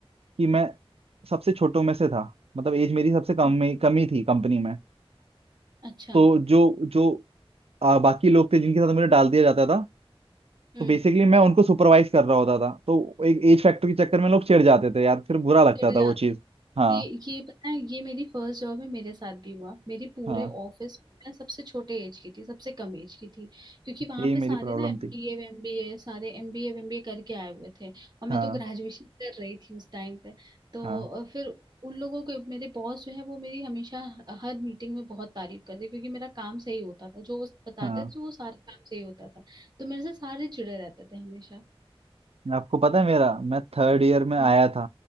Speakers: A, on the right; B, on the right.
A: कि मैं सबसे छोटों में से था मतलब एज मेरी सबसे कम
B: हम्म,
A: में कम ही थी कंपनी में
B: अच्छा
A: तो जो जो आ, बाकी लोग थे जिनके साथ मुझे डाल दिया जाता था
B: हम्म
A: तो बेसिकली मैं उनको सुपरवाइज कर रहा होता था तो एक एज फैक्टर के चक्कर में लोग चिढ़ जाते थे यार फिर बुरा लगता
B: चिढ़
A: था
B: जाते
A: वो चीज़ हाँ
B: ये ये पता है ये मेरी फर्स्ट जॉब में मेरे साथ भी हुआ मेरे पूरे
A: हाँ
B: ऑफिस में मैं सबसे छोटे एज की थी सबसे कम एज की थी क्योंकि वहां
A: यही
B: पे सारे
A: मेरी प्रॉब्लम
B: ना एमबीए
A: थी
B: एमबीए सारे एमबीए एमबीए करके आए हुए थे और मैं
A: हाँ
B: तो ग्रेजुएशन कर रही थी उस टाइम पे तो
A: हाँ
B: अ, फिर उन लोगों के मेरे बॉस जो है वो मेरी हमेशा हर मीटिंग में बहुत तारीफ करते क्योंकि मेरा काम सही होता था जो वो बताते
A: हाँ
B: थे वो सारा काम सही होता था तो मेरे से सारे चिड़े रहते थे हमेशा
A: आपको पता है मेरा मैं थर्ड ईयर में आया
B: हम्म
A: था